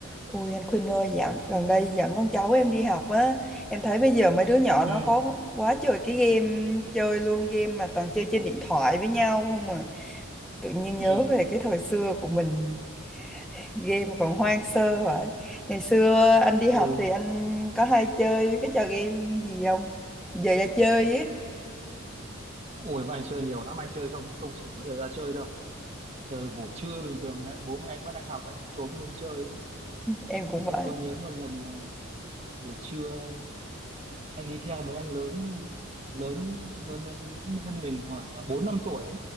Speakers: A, in the centre; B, on the right.
A: Ôi anh Khuynh ơi, dạo gần đây dẫn con cháu em đi học á, em thấy bây giờ mấy đứa nhỏ nó
B: ừ
A: có quá trời cái game chơi luôn, game mà toàn chơi trên điện thoại với nhau không à. Tự nhiên
B: ừ
A: nhớ về cái thời xưa của mình, game còn hoang sơ vậy. Ngày xưa anh đi
B: ừ
A: học thì anh có hay chơi cái trò game gì không? Giờ ra chơi ấy,
B: ủa mà anh chơi nhiều lắm anh chơi không không chỉ có giờ ra chơi đâu chờ ngủ trưa bình thường mẹ bố mẹ anh bắt anh học anh cũng trốn đi anh chơi ấy.
A: em
B: anh,
A: cũng vậy.
B: anh có nhớ một lần là buổi trưa anh anh đi theo mấy anh lớn lớn lớn lớn, lớn hơn mình khoảng là bốn năm tuổi ấy.